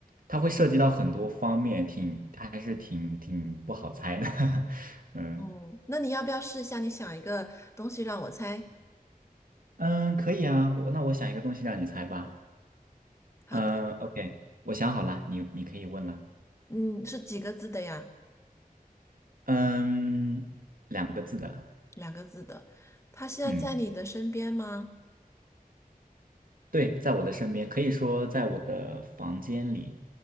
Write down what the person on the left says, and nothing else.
哦，那你要不要试一下？你想一个东西让我猜。
好的，
嗯，是几个字的呀？
两个字的。它现在在你的身边吗？